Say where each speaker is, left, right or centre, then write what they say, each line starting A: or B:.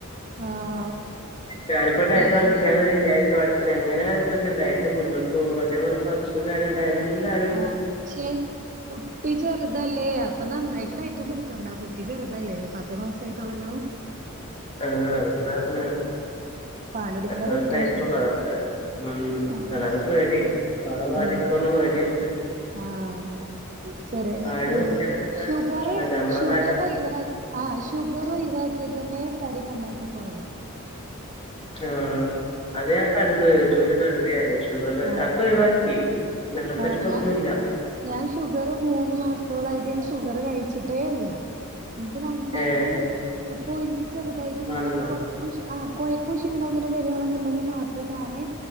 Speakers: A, on the right; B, on the left.
A: ആഹ്
B: ഞാനിപ്പ ഡയറ്റ്
A: ഞാന്
B: <unintelligible> ത് എങ്ങനെപ്പോ ഇത് ഡയറ്റ് മുന്നോട്ടു പോവാ ഇതേപോലെ ഫംഗ്ഷൻ കാര്യ എൻന്താ
A: ആഹ് ചെ കുട്ടി ചെർതല്ലേ അപ്പൊ നന്നായിട്ട് ഡയറ്റൊന്നും എടുക്കണ്ട കുട്ടി ചെർതല്ലേ. പത്ത് മാസ ആയിട്ടുള്ളേലോ? <inaudible>
B: <unintelligible>
A: പാലുടിക്ക്ണ
B: പത്ത് മാസായിട്ടുള്ളൂ
A: കുട്ടിയല്ലേ?
B: അതൊക്കെ ഉം
A: ആഹ്
B: അതാണ് പേടി ഓളെ ബാധിക്കോള്ള
A: ഉം
B: പേടിണ്ട്.
A: ആഹ് ചെറിയ
B: ആട്
A: ഷു
B: നിർത്തിയാ പിന്നെ പ്ര
A: ഷുഗറ്
B: പ്രശ്നല്ല നമ്മളെ
A: ഷുഗറൊയിവാ
B: കാര്യം നോക്കണ്ടേ
A: ആഹ് ഷുഗറൊയിവാക്കിയത്തന്നെ തടി നന്നായിട്ട് കൊറയും.
B: ആഹ് അത് ഞാൻ കണ്ട് ജൂല് കണ്ട് ഞാൻ ഷുഗറ്
A: ആഹ്
B: അത്ര ഒഴിവാക്കി. രണ്ടു ദിവസായിട്ട്
A: ആഹ്
B: ഇപ്പൊ
A: ഞാൻ
B: ഒന്നുല്ല
A: ഞാൻ ഷുഗറ് മൂന്ന് മാസ് ആയിട്ട് ഷുഗറ് കഴിച്ചിട്ടേയില്ല ഇൻക്ക് നന്നായിട്ട്
B: ഏഹ്
A: ഇപ്പോ ഇ ചെറുതായിട്ടിങ്ങനെ
B: മാറുന്നാണ്
A: കൊ ആഹ് കൊയക്കും ഷീണോ ങ്ങനെ വരാണെന്നുണ്ടെങ്കി മാത്രേ ഞാന്